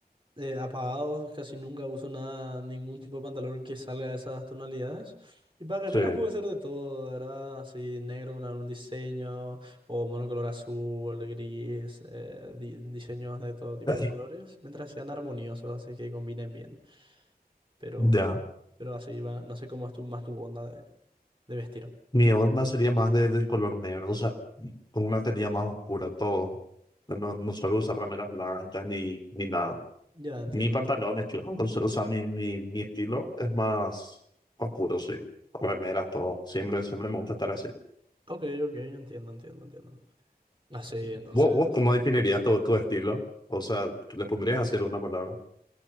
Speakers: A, on the right; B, on the left.
A: eh, apagados, casi nunca uso nada, ningún tipo de pantalón que salga de esas tonalidades. Y para remeras
B: Sí,
A: puede ser de todo, ¿verdad? Así negro con algún diseño, o monocolor azul, gris, eh, di- diseños de todo tipo
B: así.
A: de colores, mientras sean armoniosos, así que combinen bien. Pero,
B: Ya.
A: pero así va, no sé cómo es tu, más tu onda de, de vestir.
B: Mi onda sería más de- del color negro, o sea, con una tenía más oscura todo. No, no suelo usar remeras blancas ni, ni nada.
A: Ya entiendo,
B: Ni pantalones,
A: entiendo.
B: claro. O sea, o sea, mi, mi, mi estilo es más oscuro, sí. Remeras, todo. Siempre, siempre me gusta estar así.
A: Ok, ok, entiendo, entiendo, entiendo. Así, entonces.
B: ¿Vos, vos cómo definirías todo tu estilo? O sea, ¿le pondrías a hacer una palabra?